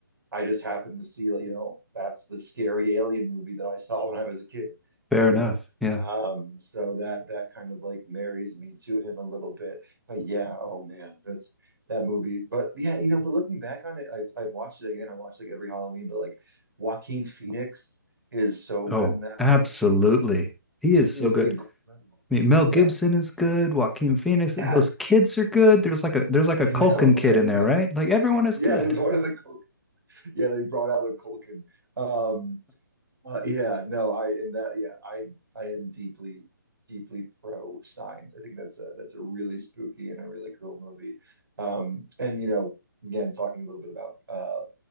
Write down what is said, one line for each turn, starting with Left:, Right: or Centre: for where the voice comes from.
Right: I just happened to see, like, you know, that's the scary alien movie that I saw when I was a kid,
Centre: fair
Right: you
Centre: enough.
Right: know?
Centre: Yeah.
Right: Um, so that that kind of like marries me to him a little bit. But yeah, oh man, that's that movie. But yeah, you know, but looking back on it, I've I've watched it again. I watched like every Halloween, but like Joaquin Phoenix is so good
Centre: Oh,
Right: in that
Centre: absolutely.
Right: movie.
Centre: He is
Right: He
Centre: so
Right: is
Centre: good.
Right: incredible.
Centre: I mean, Mel
Right: Yeah.
Centre: Gibson is good. Joaquin Phoenix.
Right: Yeah,
Centre: Those kids are good. There's like a there's like
Right: I
Centre: a Culkin
Right: know,
Centre: kid
Right: I
Centre: in
Right: know.
Centre: there, right? Like everyone is
Right: Yeah,
Centre: good.
Right: there's one of the Cul- yeah, they brought out a Culkin. Um, Uh, yeah, no, I and that yeah, I I am deeply deeply pro signs. I think that's a that's a really spooky and a really cool movie. Um, and you know, again, talking a little bit about uh